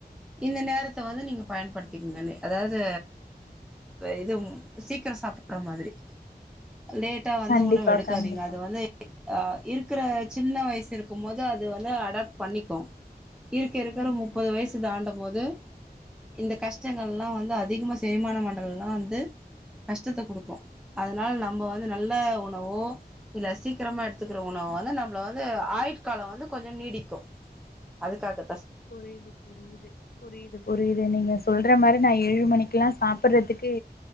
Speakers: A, in the centre; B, on the left.
A: இந்த நேரத்த வந்து நீங்க பயன்படுத்திக்கங்க அதாவது இது சீக்கிரோ சாப்படுற மாதிரி லேட்டா வந்து
B: கண்டிப்பா
A: உணவு எடுக்காதீங்க
B: கண்டிப்பா
A: அது வந்து அ இருக்கற சின்ன வயசு இருக்கும் போது அது வந்து அடாப்ட் பண்ணிக்கு இருக்க இருக்கிற
B: ம்ஹும்
A: முப்பது வயசு தாண்டம் போது இந்த கஷ்டங்கள்லா வந்து அதிகமா செரிமான மண்டலல்லா வந்து கஷ்டத்த கொடுக்கு அதனால நம்ம வந்து நல்ல உணவோ இல்ல சீக்கிரமா எடுத்துக்கிற உணவோ வந்து நம்மள வந்து ஆயுட்காலம் வந்து கொஞ்சம் நீடிக்கு அதுக்காக
B: புரியுது புரியுது புரியுது புரியுது நீங்க சொல்ற மாரி நா ஏழு மணிக் குலா சாப்பிடுறதுக்கு